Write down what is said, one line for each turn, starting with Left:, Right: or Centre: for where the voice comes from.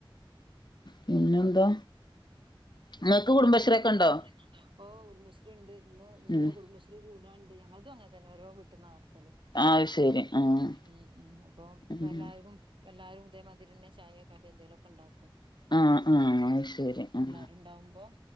Left: പിന്നെന്താ
Right: പിന്നെന്തൊക്കെ
Left: ഇങ്ങക്ക് കുടുംബശ്രീ
Right: ങ്ങനെ
Left: ഒക്കെ ഉണ്ടോ
Right: പോണ് ഓഹ് കുടുംബശ്രീ ണ്ട് ഇന്ന് ഇനി
Left: ഉം
Right: ഇപ്പോ കുടുംബശ്രീ കൂടാണ്ട് ഞങ്ങള്തും അങ്ങനെ തന്നെ ഓരോ വീട്ടുന്ന നടത്തല്
Left: അഹ് ശരി
Right: <unintelligible>
Left: ആഹ്
Right: ഉം ഉം അപ്പോ
Left: ഉം
Right: എല്ലാർക്കും എല്ലാരും ഇതേമാതിരിന്നെ ചായെ കടി ന്തെലൊക്കെ ണ്ടാക്കും
Left: ഉം ഉം അയ്ശരി ഉം
Right: ണ്ടാവുമ്പോൾ